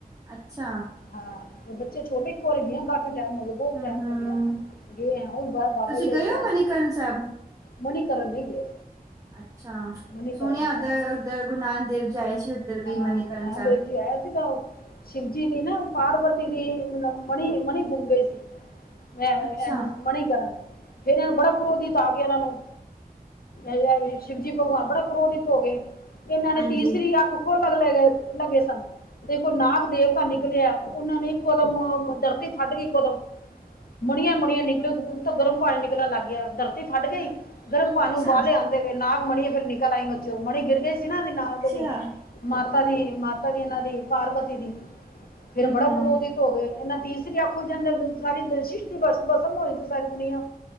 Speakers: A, on the right; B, on the left.
A: ਅੱਛਾ।
B: ਹਾਂ ਬੱਚੇ ਛੋਟੇ ਕੋਰੇ ਵੀ ਆ ਕਾਫੀ ਟਾਈਮ ਹੋ। ਬਹੁਤ
A: ਹੂੰ
B: ਟਾਈਮ
A: ਹੂੰ
B: ਹੋ ਗਿਆ ਗਏ ਆ ਹੁਣ ਬਾਬਾ
A: ਤੁਸੀਂ
B: ਜੀ
A: ਗਏ
B: ਦਾ
A: ਹੋ ਮਨੀਕਰਨ ਸਾਹਿਬ
B: ਮਨੀਕਰਨ ਨੀ ਗਏ
A: ਅੱਛਾ
B: ਮਨੀਕਰਨ
A: ਸੁਣਿਆ ਉੱਧਰ
B: ਸਾਹਿਬ ਨਹੀਂ ਗਏ
A: ਉਧਰ ਗੁਰੂ ਨਾਨਕ ਦੇਵ ਜੀ ਆਏ ਸੀ ਉੱਧਰ ਵੀ
B: ਹਾਂ
A: ਮਨੀਕਰਨ
B: ਗੁਰੂ ਨਾਨਕ
A: ਸਾਹਿਬ
B: ਦੇਵ ਜੀ ਆਇਆ ਸੀਗਾ ਓ ਸ਼ਿਵਜੀ ਦੀ ਨਾ ਪਾਰਵਤੀ ਦੀ ਮਨੀ ਮਨੀ ਗੁੰਮ ਗਈ ਸੀ। ਮੈਂ <unintelligible>
A: ਅੱਛਾ
B: ਮਨੀਕਰਨ ਬੜਾ ਕ੍ਰੋਧਿਤ ਆ ਗਿਆ ਉਹਨਾਂ ਨੂੰ ਅ ਸ਼ਿਵਜੀ ਭਗਵਾਨ ਬੜਾ ਕ੍ਰੋਧਿਤ ਹੋ ਗਏ ਇਹਨਾਂ ਨੇ
A: ਹਾਂਜੀ
B: ਤੀਸਰੀ ਅੱਖ ਖੋਲਣ ਲੱਗੇ ਸਨ ਦੇਖੋ ਨਾਗ ਦੇਵਤਾ ਨਿਕਲਿਆ ਉਹਨਾਂ ਨੇ ਇੱਕ ਕਦਮ ਧਰਤੀ ਫੱਟ ਗਈ ਇੱਕੋ ਦਮ ਮੁਣੀਆਂ ਮੁਣੀਆਂ ਨਿਕਲਿਓ ਦੂਲ ਤੋਂ ਗਰਮ ਪਾਣੀ ਨਿਕਲਣ ਲੱਗ ਗਿਆ ਧਰਤੀ ਫਟ ਗਈ। ਗਰਮ ਪਾਣੀ
A: ਅੱਛਾ
B: ਉਬਾਲ ਲਿਆਂਦੇ ਗਏ ਨਾਗ ਮਣੀ ਏ ਫਿਰ ਨਿਕਲ ਆਈ ਓ ਚੋ ਮਣੀ ਗਿਰ ਗਈ ਸੀ ਨਾ ਨਾਗ
A: ਅੱਛਾ
B: ਦੇ ਨੀ। ਮਾਤਾ ਦੀ ਮਾਤਾ ਦੀ ਇਹਨਾਂ ਦੀ ਪਾਰਵਤੀ ਦੀ
A: ਹੂੰ
B: ਫੇਰ ਬੜਾ
A: ਹੂੰ
B: ਕ੍ਰੋਧਿਤ ਹੋ ਗਏ ਇਹਨਾ ਤੀਸਰੀ ਅੱਖ ਖੁੱਲ ਜਾਂਦਾ ਸਾਰੀ ਸ੍ਰਿਸ਼ਟੀ ਬਸਮ ਹੋਈ ਸੀ ਸਾਰੀ ਦੁਨੀਆ।